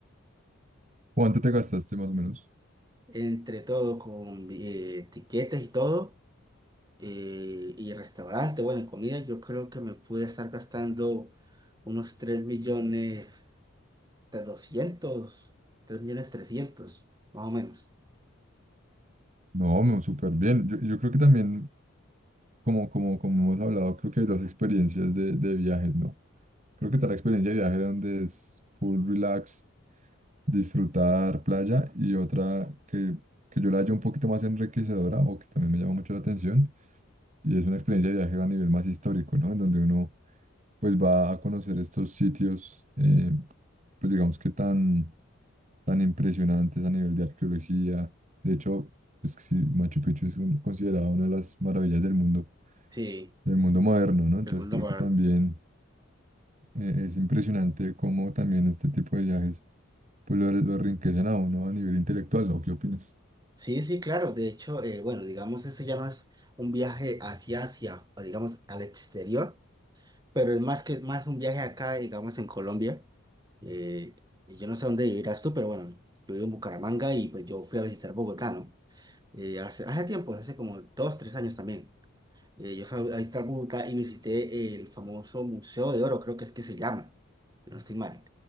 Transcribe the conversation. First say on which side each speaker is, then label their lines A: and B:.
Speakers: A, on the right (about 35°); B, on the right (about 20°).
A: ¿Cuánto te gastaste más o menos?
B: entre todo, con eh, etiquetas y todo. eh, y restaurante, bueno, y comida, yo creo que me pude estar gastando unos 3 millones de 200 3 millones 300 más o menos.
A: No, no, súper bien. Yo, yo creo que también, como, como, como hemos hablado, creo que hay dos experiencias de, de viajes, ¿no? Creo que está la experiencia de viaje donde es full relax, disfrutar playa y otra que, que yo la hallo un poquito más enriquecedora o que también me llama mucho la atención y es una experiencia de viaje a nivel más histórico, ¿no? En donde uno pues va a conocer estos sitios, eh, pues digamos que tan tan impresionantes a nivel de arqueología. De hecho, es que sí, Machu Picchu es un- considerado una de las maravillas del mundo,
B: Sí,
A: del mundo moderno, ¿no? Entonces
B: el mundo
A: creo
B: moderno.
A: que también eh, es impresionante cómo también este tipo de viajes pues lo, lo enriquecen a uno a nivel intelectual, ¿no? ¿Qué opinas?
B: Sí, sí, claro. De hecho, eh, bueno, digamos, eso ya no es un viaje hacia Asia, o digamos, al exterior, pero es más que más un viaje acá, digamos, en Colombia. Eh, y yo no sé dónde vivirás tú, pero bueno, yo vivo en Bucaramanga y pues yo fui a visitar Bogotá, ¿no? Eh, hace, hace tiempo, hace como dos, tres años también. Eh, yo fui a visitar Bogotá y visité el famoso Museo de Oro, creo que es que se llama, si no estoy mal.